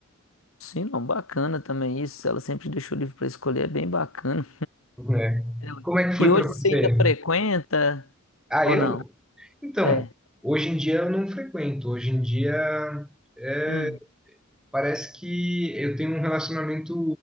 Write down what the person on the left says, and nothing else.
Sim, não, bacana também isso. Ela sempre deixou o livro para escolher, é bem bacana.
Ela-
E hoje
você ainda frequenta
ou
não?
É.
Hum,